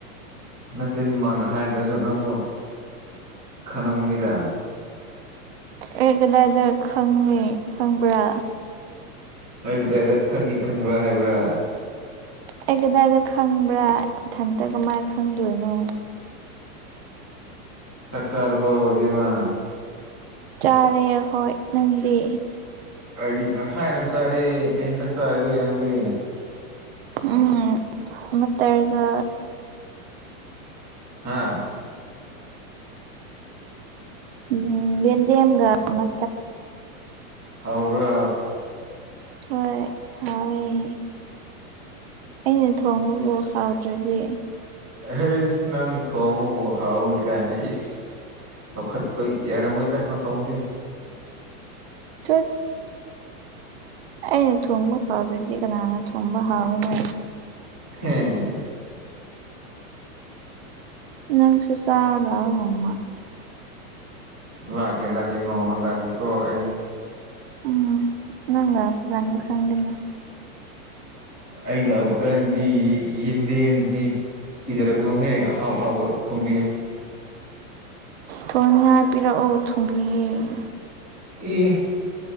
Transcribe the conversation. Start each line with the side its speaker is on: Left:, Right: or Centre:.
Centre: ꯅꯆꯤꯟ ꯃꯥꯅ ꯍꯥꯏꯗ꯭ꯔꯁꯨ ꯅꯪꯁꯨ ꯈꯉꯨꯅꯤꯗ
Right: ꯑꯦ ꯀꯗꯥꯏꯗ ꯈꯪꯉꯦ ꯈꯪꯕ꯭ꯔꯥ
Centre: ꯅꯣꯏ ꯀꯗꯥꯏꯗ ꯈꯪꯉꯤ ꯈꯪꯕ꯭ꯔꯥ ꯍꯥꯏꯕ꯭ꯔꯥ
Right: ꯑꯩ ꯀꯗꯥꯏꯗ ꯈꯪꯕ꯭ꯔꯥ ꯏꯊꯟꯇ ꯀꯃꯥꯏꯅ ꯈꯪꯗꯣꯏꯅꯣ
Centre: ꯆꯥꯛ ꯛꯆꯔꯕꯣ ꯕꯤꯃꯥ
Right: ꯆꯥꯔꯦ ꯍꯣꯏ ꯅꯪꯗꯤ
Centre: ꯑꯩꯗꯤ ꯉꯁꯥꯏꯅ ꯆꯥꯔꯦ ꯀꯩ ꯆꯪ ꯆꯑꯒꯦ ꯅꯪꯗꯤ
Right: ꯎꯝ ꯑꯃꯠꯇꯔꯒ
Centre: ꯍꯥꯥ
Right: ꯎꯝ ꯌꯦꯗꯦꯝ ꯑꯃꯒ ꯃ
Centre: ꯍꯥꯎꯕ꯭ꯔꯥ
Right: ꯍꯣꯏ ꯍꯥꯑꯣ ꯏ ꯑꯩꯅ ꯊꯣꯡꯕꯕ ꯐꯥꯎꯗ꯭ꯔꯗꯤ
Centre: ꯑꯩ ꯏꯁ ꯅꯪ ꯊꯣꯡꯉꯕ ꯍꯥꯎꯋꯤ ꯀꯅ ꯏ ꯂꯧꯈꯠꯄ ꯌꯥꯔꯝꯃꯣꯏꯗ ꯅ ꯊꯧꯗꯤ
Right: ꯆꯠ ꯑꯩꯅ ꯊꯣꯡꯕ ꯍꯥꯎꯕꯗꯤ ꯀꯅꯥꯅꯣ ꯊꯨꯝꯕ ꯍꯥꯎꯅꯣ
Centre: ꯍꯝ
Right: ꯅꯪ ꯁꯨꯁꯥ ꯂꯉꯃ
Centre: ꯂꯥꯛꯀ ꯂꯥꯛꯀ ꯅꯣꯡꯃꯅ ꯂꯥꯛꯀ ꯀꯣꯑ
Right: ꯎꯝ ꯅꯪꯨꯔꯥꯟꯗꯨ ꯈꯪꯗꯅꯤ
Centre: ꯑ ꯂꯕ ꯀꯗꯤ ꯌꯦꯗꯤꯗꯤ ꯏꯖꯔꯛꯀꯅꯨꯍꯦ ꯍꯥꯎ ꯍꯥꯎꯕ ꯐꯣꯡꯕꯤꯌ
Right: ꯊꯅꯤꯡ ꯍꯥꯏ ꯄꯤꯔꯛꯑꯣ ꯊꯨꯝꯕꯤꯌꯦꯦ
Centre: ꯑꯦ